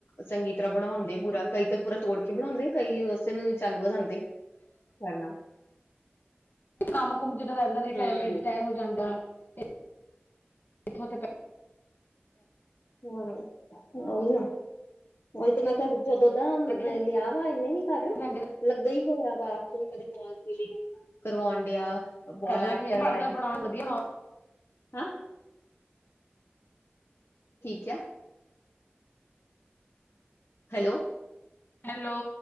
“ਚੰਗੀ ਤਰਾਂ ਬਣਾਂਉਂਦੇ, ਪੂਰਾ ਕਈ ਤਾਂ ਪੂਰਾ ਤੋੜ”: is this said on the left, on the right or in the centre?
Left